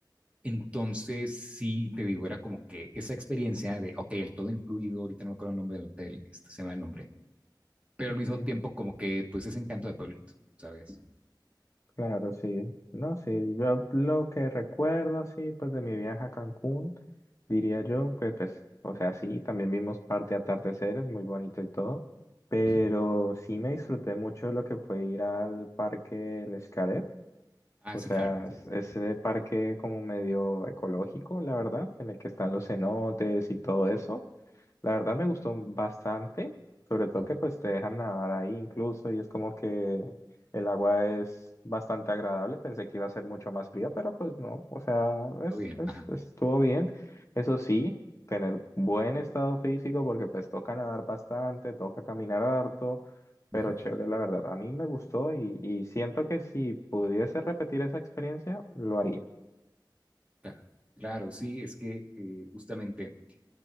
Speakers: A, on the right; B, on the left.
A: Entonces, sí, te digo, era como que esa experiencia de, ok, el todo incluido, ahorita no me acuerdo el nombre del hotel, este, se me va el nombre, pero
B: Ujú.
A: al mismo tiempo como que, pues, ese encanto de pueblito, ¿sabes?
B: Claro, sí. No, sí, yo lo que recuerdo así, pues de mi viaje a Cancún, diría yo que pues, o sea, sí, también vimos parte de atardeceres, muy bonito y todo, pero
A: Uh -huh.
B: sí me disfruté mucho lo que fue ir al parque El Xcaret,
A: Ah,
B: o
A: sí,
B: sea,
A: claro, sí,
B: es-
A: sí.
B: ese parque como medio ecológico, la verdad, en el que están los cenotes y todo eso. La verdad me gustó bastante, sobre todo
A: Uh -huh.
B: que pues te dejan nadar ahí incluso y es como que el agua es bastante agradable. Pensé que iba a ser mucho más fría, pero pues no, o sea,
A: Todo
B: es,
A: bien,
B: es,
A: ajá.
B: estuvo bien. Eso sí, tener buen estado físico porque pues toca nadar bastante, toca caminar harto, pero
A: Uh -huh.
B: chévere, la verdad. A mí me gustó y, y siento que si pudiese repetir esa experiencia, lo haría.
A: Claro, claro, sí, es que eh, justamente